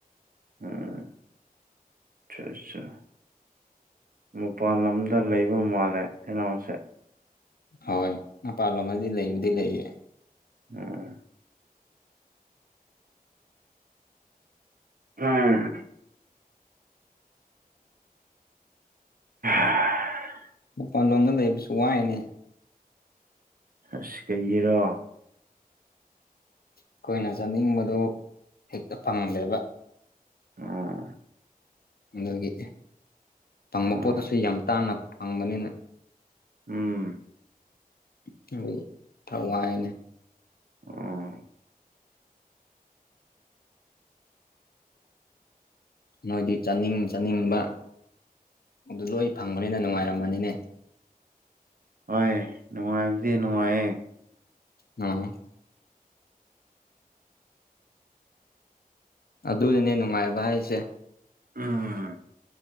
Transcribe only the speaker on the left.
ꯍꯣꯏ ꯃꯄꯥꯟ ꯂꯣꯝꯗꯗꯤ ꯂꯩꯕꯨꯗꯤ ꯂꯩꯌꯦ
ꯄꯥꯟꯂꯣꯝꯗ ꯂꯩꯕꯁꯨ ꯋꯥꯏꯅꯦ
ꯑꯈꯣꯏꯅ ꯆꯥꯅꯤꯡꯕꯗꯨ ꯍꯦꯛꯇ ꯐꯪꯗꯦꯕ
ꯑꯗꯨꯒꯤ ꯐꯪꯕ
ꯄꯣꯠꯇꯨꯁꯨ ꯌꯥꯝ ꯇꯥꯡꯅ ꯐꯪꯕꯅꯤꯅ
ꯏꯇꯧ ꯊꯋꯥꯏꯅꯦ
ꯅꯣꯏꯗꯤ ꯆꯥꯅꯤꯡ ꯆꯥꯅꯤꯡꯕ ꯑꯗꯨ ꯂꯣꯏ ꯐꯪꯕꯅꯤꯅ ꯅꯨꯡꯉꯥꯏꯔꯝꯃꯅꯤꯅꯦ
ꯎꯝ ꯑꯗꯨꯅꯤꯅꯦ ꯅꯨꯡꯉꯥꯏꯕ ꯍꯥꯏꯁꯦ